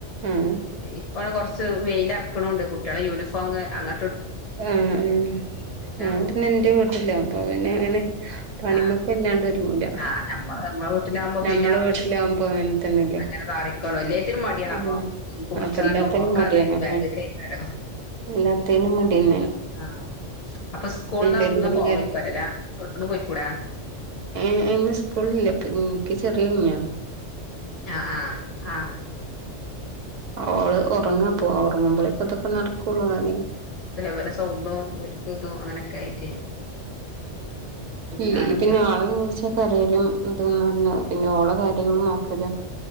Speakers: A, on the right (about 85°); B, on the left (about 35°).
A: ആഹ്
B: ഇപ്പൊ കൊറച്ച് വെയില ഇറക്കണണ്ട് കുട്ടികളെ യൂണിഫോം അങ്ങ
A: ആഹ് എഹ് ഞാൻ
B: നോക്കി
A: പിന്നെ എന്റെ വീട്ടില അപ്പൊ പിന്നെ പണിമൊക്ക
B: ആ
A: എല്ലാണ്ട് ഒരു ല
B: ആ നമ്മള് നമ്മളെ വീട്ടിലാവുമ്പോ
A: ഞമ്മളെ
B: പിന്നെ
A: വീട്ടിലാകുമ്പോ അങ്ങനെ തന്നെല്ലേ
B: അങ്ങനെ താറിക്കോളും എല്ലാത്തിനും മടിയാണ്
A: അപ്പൊ
B: കുളിച്ചാനോ
A: ആ അപ്പ എല്ലാത്തേനും
B: ഒക്കെ
A: മടിയാണ്
B: അത് ബാക്ക്ക്കേക്കാരം
A: എല്ലാത്തേനും മടിന്നെ
B: ആഹ് അപ്പൊ സ്കൂളന്ന് അവിടന്ന്
A: തിരുമ്പലും
B: പോയിക്കരല്ല അവിടെന്ന് പോയിക്കൂടേ
A: ഏ ഇന്ന് സ്കൂളില്ലേപ്പ എനിക്ക് ചെറിയ കുഞ്ഞാ
B: ആഹ് ആഹ് ആഹ്
A: ഓൾ ഉറങ്ങാപ്പോ ഉറങ്ങുമ്പോളേ പ്പെതൊക്കെ നടക്കുള്ളു കാര
B: വല സൗണ്ടോക്ക് ഇതോ അങ്ങനെയൊക്കെ ആയിട്ടേ
A: ഇല്ല
B: ഞാനും
A: പിന്നെ
B: ഉം
A: ആളെ നോ കരയിലും ഇതും പറഞ്ഞു പിന്നെ ഓള കാര്യങ്ങൾ നോക്കലും